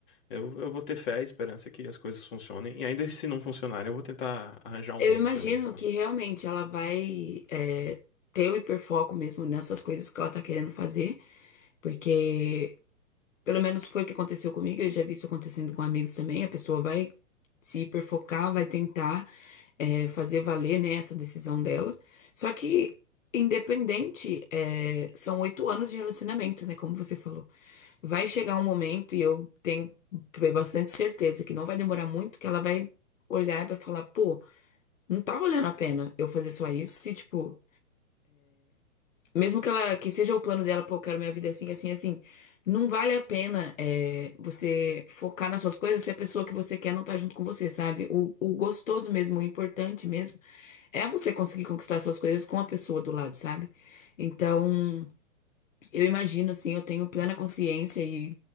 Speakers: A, on the left; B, on the left.
A: eu, eu vou ter fé e esperança que as coisas funcionem e ainda se não funcionarem, eu vou tentar arranjar um
B: Eu
A: rumo
B: imagino
A: pra mim, sei
B: que realmente ela vai é, ter o hiperfoco mesmo nessas coisas que ela tá querendo fazer, porque pelo menos foi o que aconteceu comigo, eu já vi isso acontecendo com amigos também, a pessoa vai se hiperfocar, vai tentar é, fazer valer, né, essa decisão dela. Só que, independente, é, são oito anos de relacionamento, né, como você falou. Vai chegar um momento, e eu tenho bastante certeza que não vai demorar muito, que ela vai olhar e vai falar, pô. Não tá valendo a pena eu fazer só isso, se, tipo, mesmo que ela, que seja o plano dela, pô, eu quero minha vida assim, assim, assim, não vale a pena é, você focar nas suas coisas se a pessoa que você quer não tá junto com você, sabe? O, o gostoso mesmo, o importante mesmo, é você conseguir conquistar suas coisas com a pessoa do lado, sabe? Então, eu imagino, assim, eu tenho plena consciência e